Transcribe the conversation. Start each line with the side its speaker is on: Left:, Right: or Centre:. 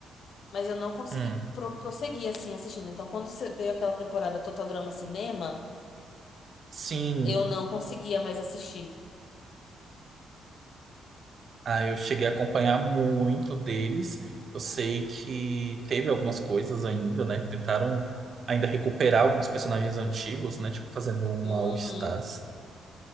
Left: mas eu não consegui
Right: hum.
Left: pro- prosseguir, assim, assistindo. Então, quando se- veio aquela temporada Total Drama Cinema,
Right: Sim.
Left: eu não conseguia mais assistir.
Right: Aí eu cheguei a acompanhar muito deles. Eu sei que teve algumas coisas ainda, né? Tentaram ainda recuperar alguns personagens antigos, né? Tipo, fazendo um
Left: Uhum,
Right: All Stars.